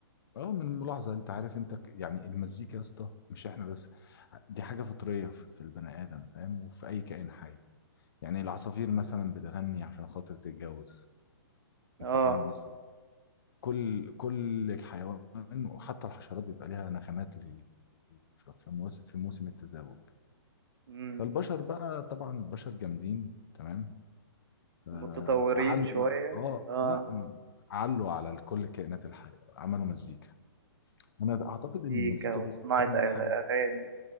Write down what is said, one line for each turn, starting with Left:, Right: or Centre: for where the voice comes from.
Left: اه من الملاحظة انت عارف انت ك- يعني المزيكا يا اسطى مش احنا بس دي حاجة فطرية في في البني آدم فاهم وفي أي كائن حي يعني العصافير مثلا بتغني عشان خاطر تتجوز
Right: اه
Left: انت فاهم قصدي كل كل حيوان وحتى الحشرات بيبقى ليها نغمات ل- في في موس- في موسم التزاوج
Right: امم
Left: فالبشر بقى طبعا البشر جامدين تمام ف-
Right: متطورين
Left: فعلوا
Right: شوية
Left: بقى اه
Right: اه
Left: لا علوا على كل كائنات الحياة عملوا مزيكا انا اعتقد ان
Right: مزيكا
Left: المزيكا
Right: وصناعة
Left: دي اجمد
Right: أغ-
Left: حاجة
Right: أغاني